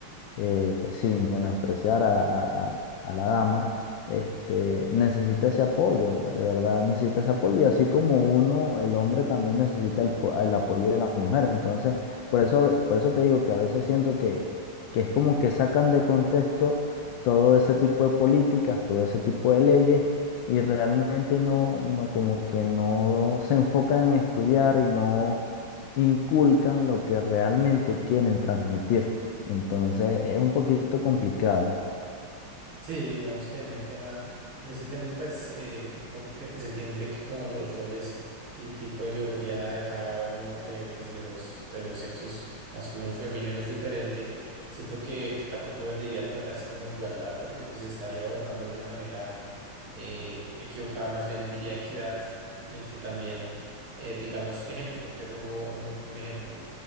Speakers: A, on the left (about 75°); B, on the right (about 75°).
A: eh, sin menospreciar a, a- a- a la dama, este, necesita ese apoyo, de verdad necesita ese apoyo, y así como uno, el hombre también necesita el, po- el apoyo de la mujer. Entonces, por eso, por eso te digo que a veces siento que, que es como que sacan de contexto todo ese tipo de políticas, todo ese tipo de leyes. Y realmente no, no, como que no se enfocan en estudiar y no inculcan lo que realmente quieren transmitir. Entonces es un poquito complicado.
B: Sí, digamos que en ese tema, en ese tema, pues eh, to- eh, se tiende que como los roles y tipo de biología de cada uno de, pues, de los, de los sexos masculino y femenino es diferente. Siento que, que tampoco diría tratarse como igualdad porque pues estaría abordando de una manera eh, equivocada, más bien diría equidad, en el que también, eh, digamos, ejemplo, te pongo un un ejemplo.